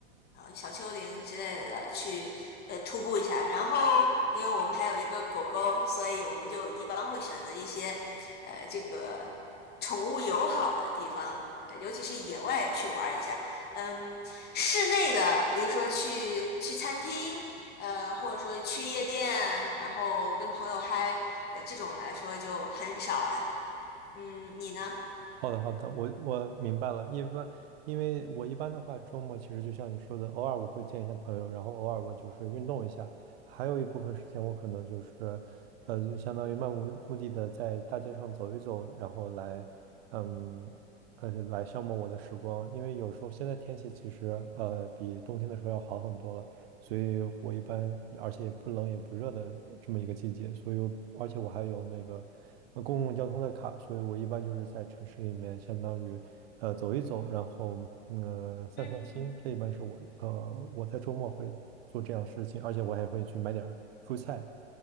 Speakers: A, on the left; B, on the right.
A: 呃小丘陵之类的去呃徒步一下。然后因为我们还有一个狗狗，所以我们就一般会选择一些呃这个宠物友好的地方，呃尤其是野外去玩一下。嗯，室内的，比如说去去餐厅。呃，或者说去夜店，然后跟朋友嗨，呃，这种来说就很少了。嗯，你呢？
B: 好的，好的，我我明白了。一般，因为我一般的话，周末其实就像你说的，偶尔我会见一下朋友，然后偶尔我就是运动一下，还有一部分时间我可能就是，呃，就相当于漫无目的的在大街上走一走，然后来，嗯。呃，来消磨我的时光，因为有时候现在天气其实呃比冬天的时候要好很多了，所以我一般而且也不冷也不热的这么一个季节，所以我而且我还有那个呃公共交通的卡，所以我一般就是在城市里面相当于呃走一走，然后嗯呃散散心，
A: 嗯
B: 这一般是我呃我在周末会做这样的事情，而且我还会去买点儿蔬菜